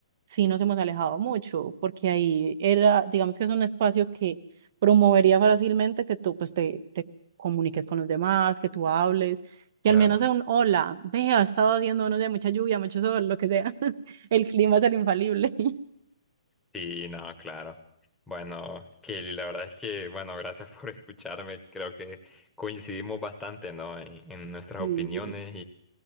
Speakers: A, on the right; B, in the centre.
A: sí nos hemos alejado mucho, porque ahí era, digamos que es un espacio que promovería fácilmente que tú pues te, te comuniques con los demás, que tú hables, que
B: Claro.
A: al menos sea un hola, vea, ha estado haciendo unos de mucha lluvia, mucho sol, lo que sea. <laughs> El clima es el infalible. <laughs>
B: Sí, no, claro. Bueno, Kelly, la verdad es que, bueno, gracias <laughs> por escucharme. Creo que coincidimos bastante, ¿no? En, en nuestras
A: Sí,
B: opiniones
A: sí,